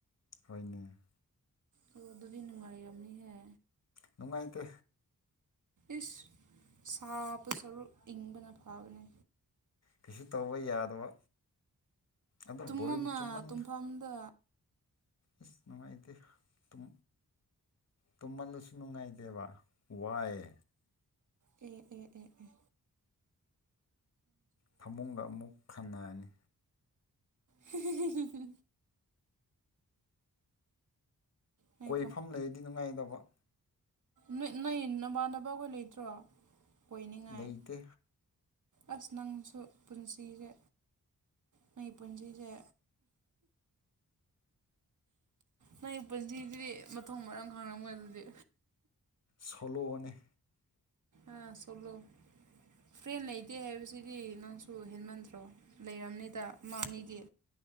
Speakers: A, on the left (about 45°); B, on the right (about 55°).
A: ꯍꯅꯤ
B: ꯑꯣ ꯑꯗꯨ ꯅꯨꯡꯉꯥꯏ ꯌꯥ ꯃꯤꯍ
A: ꯅꯨꯡꯉꯥꯏꯇ
B: ꯏꯁ ꯁꯥꯕ ꯁꯔꯨꯛ ꯏꯪꯕꯅ ꯐꯕꯅꯦ
A: ꯀꯩꯁꯨ ꯇꯧꯕ ꯌꯥꯗꯕ ꯑꯗ
B: ꯇꯨꯝꯃꯣꯅ
A: ꯕꯣꯔꯤꯡ ꯆꯨꯝꯃꯟꯗ
B: ꯇꯨꯝꯐꯝꯗ
A: ꯏꯁ ꯅꯨꯡꯉꯥꯏꯇꯦ ꯇꯨꯝ ꯇꯨꯝꯃꯜꯂꯁꯨ ꯅꯨꯡꯉꯥꯏꯇꯦꯕ ꯋꯥꯑꯦ
B: ꯎꯝ ꯎꯝ ꯎꯝ ꯎꯝ
A: ꯐꯃꯨꯡꯒ ꯑꯃꯨꯛ ꯈꯟꯅꯔꯅꯤ
B: ꯍꯤꯍꯤꯍꯤꯍꯤ ꯅꯣꯏ
A: ꯀꯣꯏꯐꯝ ꯂꯩꯔꯗꯤ ꯅꯨꯡꯉꯥꯏꯗꯧꯕ
B: ꯅꯣ ꯅꯣꯏ ꯅꯃꯥꯟꯅꯕꯈꯣꯏ ꯂꯩꯇ꯭ꯔꯣ ꯑꯣꯏꯅꯤꯡꯉꯥꯏ
A: ꯂꯩꯇꯦ
B: ꯑꯁ ꯅꯪꯁꯨ ꯄꯨꯟꯁꯤꯁꯦ ꯃꯣꯏ ꯄꯨꯖꯤꯁꯦ ꯅꯪ ꯄꯨꯟꯁꯤꯗꯨꯗꯤ ꯃꯊꯣꯡ ꯃꯔꯝ ꯈꯥꯡꯔꯝꯃꯣꯏ ꯑꯗꯨꯗꯤ
A: ꯁꯣꯂꯣꯅꯦ
B: ꯑ ꯁꯣꯂꯣ ꯐ꯭ꯔꯦꯟ ꯂꯩꯇꯦ ꯍꯥꯏꯕꯁꯤꯗꯤ ꯅꯪꯁꯨ ꯍꯦꯟꯃꯟꯗ꯭ꯔꯣ ꯂꯩꯔꯕꯝꯅꯤꯗ ꯃꯥꯅꯤꯗꯤ